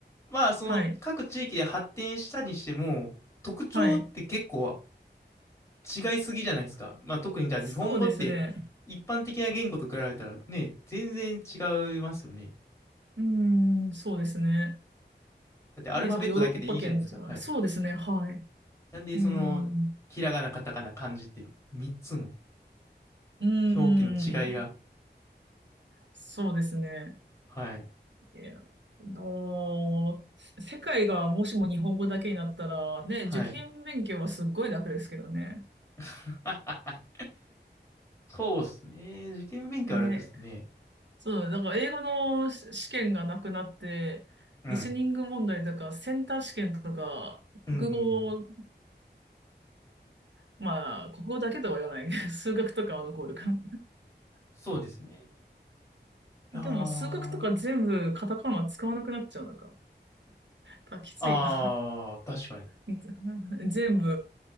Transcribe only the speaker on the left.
まあ、その各地域で発展したにしても、
特徴って結構
違いすぎじゃないですか。まあ、特にじゃあ日本語って一般的な言語と比べたらね、
全然違いますよね。
だってアルファベットだけでいいじゃないですか。
はい。
なんで、
その、ひらがな、カタカナ、漢字って3つも
表記の違いが、
はい。
はい。
<laughs> そうっすね。受験勉強は楽っすね。
うん。
うんうんうん。
そうですね。いやー。
あー、確かに。